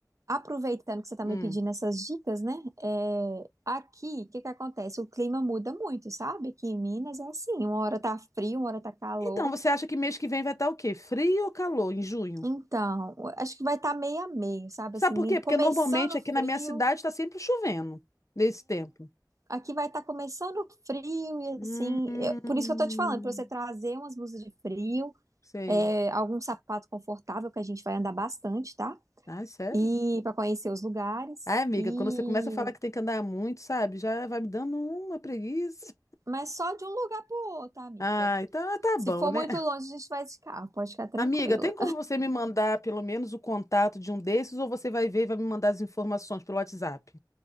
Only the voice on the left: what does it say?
Hum.
Então, você acha que mês que vem vai estar o quê? Frio ou calor em junho?
Sabe
por quê? Porque
normalmente aqui
na minha cidade está sempre chovendo nesse tempo.
Hum,
sei.
Ai, sério?
Ai, amiga,
quando você começa a falar que tem que andar muito, sabe? Já vai me dando uma preguiça.
Ah, então ah, tá
bom,
né?
Amiga, tem como você me mandar pelo menos o contato de um desses ou você vai ver e vai me mandar as informações pelo WhatsApp?